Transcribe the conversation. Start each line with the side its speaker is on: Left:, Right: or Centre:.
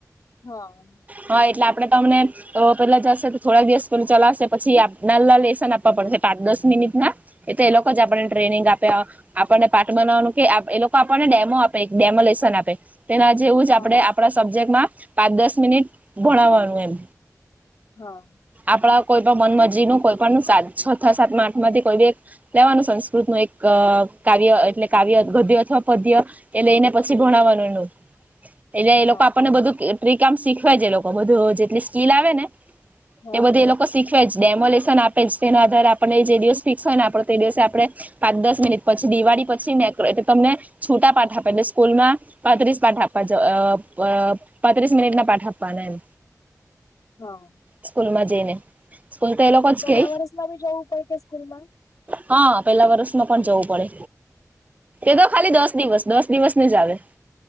Left: હા
Right: હા એટલે આપણે ત અમને- તો પેલા જશે તો થોડા દિવસ પે ચલાશે પછી નાલના લેસન આપવા પડશે પાંચ દસ મિનિટ ના એ તો એ લોકો જ આપણને ટ્રેનિંગ આપે આપણને પાટ બનાવાનું કે એ લોકો આપણને ડેમો આપે ડેમો લેશન આપે તેના જેવું જ આપડે
Left: હા
Right: આપણા સબ્જેક્ટમાં પાંચ દસ મિનિટ ભણાવવાનું એમ
Left: હા
Right: આપડા કોઈ પણ મન મરજી નું કોઈ પણ સાત છ સાતમાં આઠ માંથી કોઈ બી લેવાનું સંસ્કૃત નું એક કાવ્ય એટલે કાવ્ય ગદ્ય અથવા પદ્ય એ લઈને પછી ભણાવવાનું ન. એટલે એ
Left: હા
Right: લોકો આપણને બધું ટ્રીકામ શીખવાય છે એ લોકો બધું જેટલી સ્કીલ આવે ને
Left: હા
Right: એ બધે એ લોકો શીખવા જ ડેમોલેશન આપે જ તેનો આધારે આપણે જે દિવસ ફિક્સ હોય ને આપડ તે દિવસે આપડણે પાંચ દસ મિનિટ પછી દિવાળી પછી મેટલે તમને છૂટા પાઠ આપે એટલે સ્કૂલમાં પાંત્રીસ પાઠ આપવા પાંત્રીસ મિનિટ ના પાઠ આપવાના એમ
Left: હા
Right: સ્કૂલમાં જઈને સ્કૂલ તો એ
Left: એટલે
Right: લોકો જ
Left: પેલા
Right: કે
Left: વર્ષમાં બી જવું પડે કે સ્કૂલ માં?
Right: હા પેલા વર્સમાં પણ જવું પડે
Left: હા
Right: એ તો ખાલી દસ દિવસ દસ દિવસ ને જ આવે.